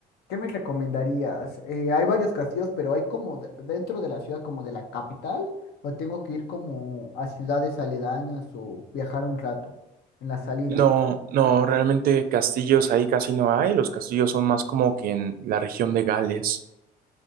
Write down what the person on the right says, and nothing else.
No, no, realmente castillos ahí casi no hay, los castillos son más como que en la región de Gales.